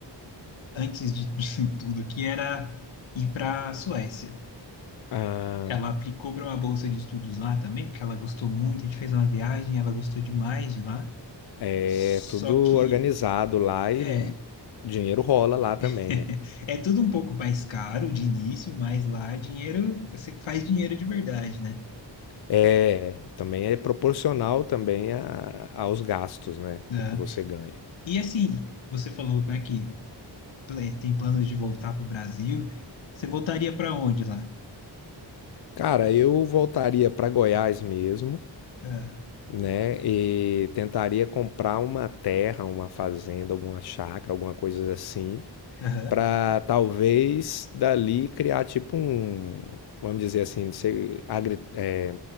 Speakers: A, on the left; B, on the left.
A: antes de <laughs> tudo aqui, era ir para a Suécia.
B: Ah,
A: Ela aplicou para uma bolsa de estudos lá também, porque ela gostou muito. A gente fez uma viagem, ela gostou demais de lá.
B: é
A: Só
B: tudo
A: que,
B: organizado lá
A: é,
B: e dinheiro rola lá também,
A: <laughs>
B: né?
A: É tudo um pouco mais caro de início, mas lá dinheiro, você faz dinheiro de verdade, né?
B: É, também é proporcional também a- aos gastos, né?
A: Né?
B: O que você ganha.
A: E assim, você falou, né, que pl- é, tem planos de voltar para o Brasil. Você voltaria para onde lá?
B: Cara, eu voltaria para Goiás mesmo,
A: Ah,
B: né? E tentaria comprar uma terra, uma fazenda, alguma chácara, alguma coisa assim,
A: aham.
B: para talvez dali criar tipo um, vamos dizer assim, não sei, agri- é,